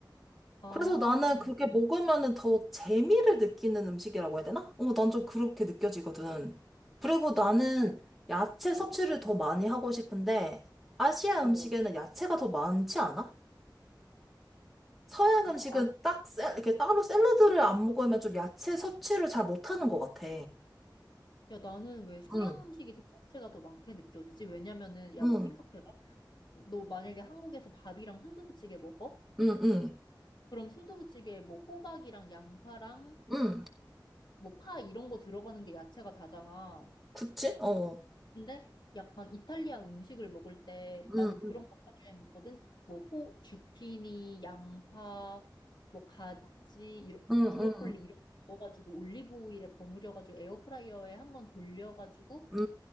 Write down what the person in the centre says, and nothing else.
그래서 나는 그게 먹으면은 더 재미를 느끼는 음식이라고 해야 되나? 어, 난 좀 그렇게 느껴지거든. 그리고 나는 야채
섭취를 더 많이 하고 싶은데, 아시아
음식에는 야채가 더 많지 않아? 서양
음식은
딱, 샐- 이렇게 따로 샐러드를 안 먹으면 좀 야채 섭취를 잘 못하는 것 같아.
응,
응,
응, 응,
응.
그치? 어.
응,
응,
응,
응,
응,